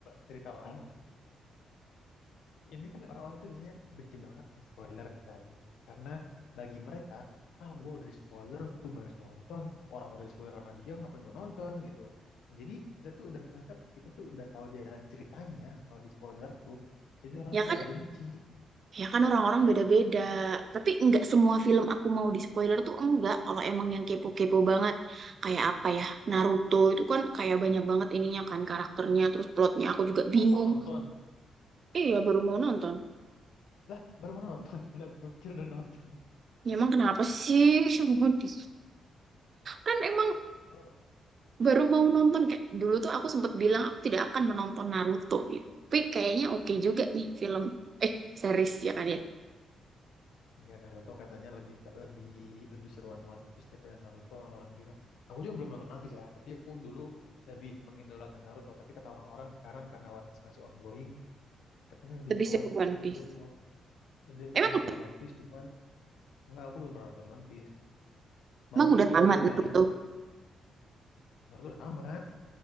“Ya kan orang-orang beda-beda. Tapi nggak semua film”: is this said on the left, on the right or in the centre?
Right